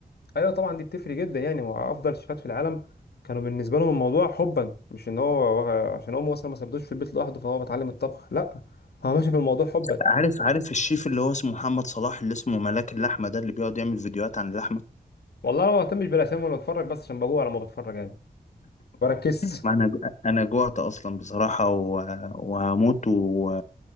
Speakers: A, on the left; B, on the left.
A: ايوه طبعا دي بتفرق جدا يعني هو افضل شيفات في العالم كانوا بالنسبه لهم الموضوع حبا مش ان هو عشان امه مثلا ما سابتوش في البيت لوحده فهو بتعلم الطبخ لا هو ماشي في الموضوع حبا
B: عارف عارف الشيف اللي هو اسمه محمد صلاح اللي اسمه ملاك اللحمة ده اللي بيقعد يعمل فيديوهات عن اللحمة
A: والله انا ما بهتمش بالاسامي وانا بتفرج بس عشان بجوع لما بتفرج يعني بركز
B: ما انا انا جوعت اصلا بصراحة و... وهموت و...